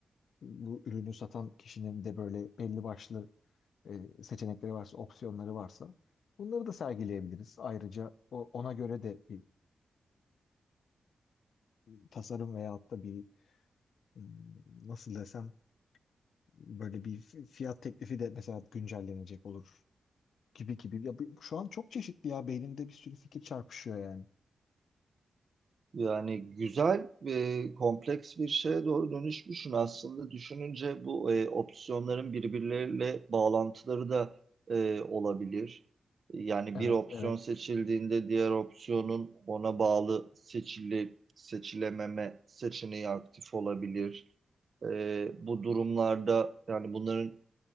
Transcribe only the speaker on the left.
bu ürünü satan kişinin de böyle belli başlı e, seçenekleri varsa, opsiyonları varsa bunları da sergileyebiliriz. Ayrıca o, ona göre de bir e, tasarım veyahut da bir m, nasıl desem böyle bir fi- fiyat teklifi de mesela güncellenecek olur. gibi gibi. Ya bu- şu an çok çeşitli ya beynimde bir sürü fikir çarpışıyor yani.
Evet
evet.